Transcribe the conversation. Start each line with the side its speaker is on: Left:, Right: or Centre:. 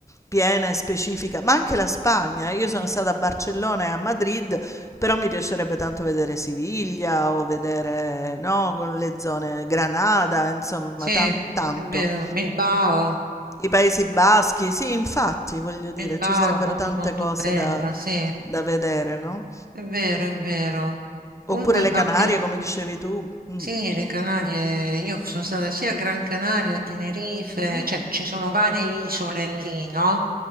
Left: piena e specifica, ma anche la Spagna. Io sono stata a Barcellona e a Madrid, però mi piacerebbe tanto vedere Siviglia o vedere, no, con le zone Granada, insomma,
Right: Sì,
Left: tan- tanto.
Right: è vero, Bilbao.
Left: I Paesi Baschi, sì, infatti, voglio dire,
Right: Bilbao,
Left: ci sarebbero
Right: molto
Left: tante
Right: molto
Left: cose
Right: bella,
Left: da
Right: sì, è
Left: da vedere, no?
Right: vero, è vero. Comunque,
Left: Oppure le
Right: anche,
Left: Canarie, come dicevi tu. Mm.
Right: sì, le Canarie, io sono stata sia a Gran Canaria, a Tenerife,
Left: Mhm.
Right: cioè ci sono varie isole lì, no?